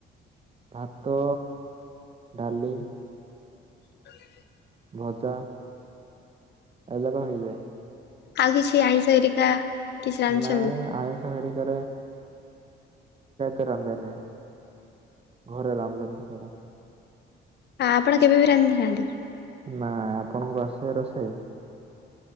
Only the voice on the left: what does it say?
<unintelligible>
ଆଉ କିଛି ଆଇଁଷ ହେରିକା କିଛି ରାନ୍ଧିଚନ୍ତି?
ଆଉ ଆପଣ କେବେ ବି ରାନ୍ଧି ନାହାନ୍ତି?